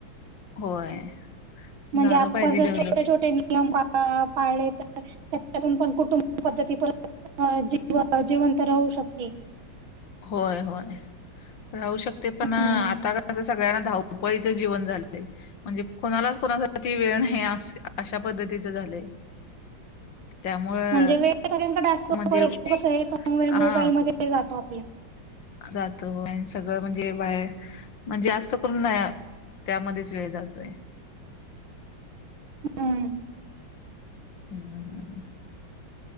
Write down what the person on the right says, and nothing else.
म्हणजे
आपण
जर
छोटे छोटे नियम पा- पाळले तर त्याच्यातून पण कुटुंब पद्धती परत जी -जिवंत राहू शकते.
हम्म.
<inaudible>
म्हणजे वेळ सगळ्याकडे असतो
पर, कसयं वेळ
मोबाईल मध्ये जातो आपल्या.
हम्म.